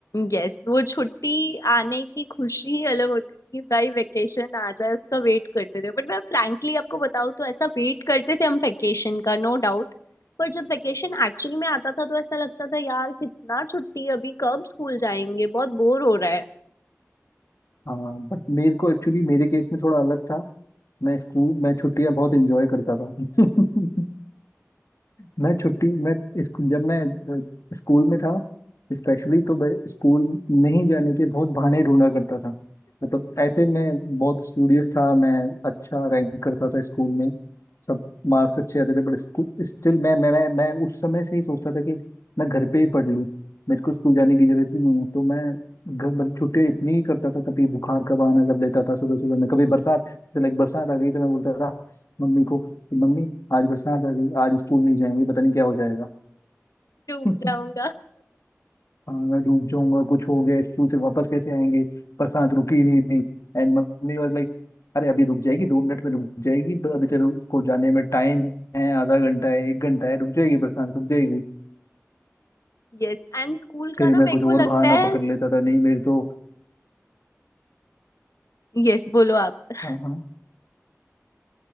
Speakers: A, on the left (about 90°); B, on the left (about 70°).
A: यस वो छुट्टी आने की खुशी ही अलग होती थी भाई वेकेशन आ जाए उसका वेट करते थे बट मैं फ्रैंकली आपको बताऊँ तो ऐसा वेट करते थे हम वेकेशन का नो डाउट पर जब वेकेशन एक्चुअली में आता था तो ऐसा लगता था यार कितना छुट्टी है, अभी कब स्कूल जाएंगे बहुत बोर हो रहा है
B: हाँ बट मेरे को एक्चुअली मेरे केस में थोड़ा अलग था मैं स्कूल मैं छुट्टियां बहुत इंजॉय करता था <laughs> मैं छुट्टी मैं इस, जब मैं अ, स्कूल में था स्पेशली तो मैं स्कूल नहीं जाने के बहुत बहाने ढूंढा करता था मतलब ऐसे मैं बहुत स्टूडियस था मैं अच्छा रैंक करता था स्कूल में सब मार्क्स अच्छे आते थे बट स्टिल मैं मैं मैं मैं उस समय से ही सोचता था कि मैं घर पे ही पढ़ लूँ मेरे को स्कूल जाने की जरूरत ही नहीं है तो मैं घर मतलब छुट्टियाँ इतनी ही करता था कभी बुखार का बहाना कर लेता था सुबह सुबह में कभी बरसात जैसे लाइक बरसात आ गई तो मैं बोलता था मम्मी को कि मम्मी आज बरसात आ गई आज स्कूल नहीं जाएंगे पता नहीं क्या हो जाएगा
A: डूब
B: <laughs>
A: जाऊंगा
B: हाँ मैं डूब जाऊंगा कुछ हो गया स्कूल से वापस कैसे आएंगे बरसात रुकी ही नहीं थी एंड मम्मी वाज लाइक अरे अभी रुक जाएगी दो मिनट में रुक जाएगी ब- अभी तेरे को जाने में टाइम है आधा घंटा है एक घंटा है रुक जाएगी बरसात रुक जाएगी
A: यस एंड स्कूल
B: फिर
A: का ना
B: मैं
A: मेरे
B: कुछ और
A: को लगता
B: बहाना
A: है
B: पकड़ लेता था नहीं मेरी तो
A: यस बोलो आप
B: हाँ हाँ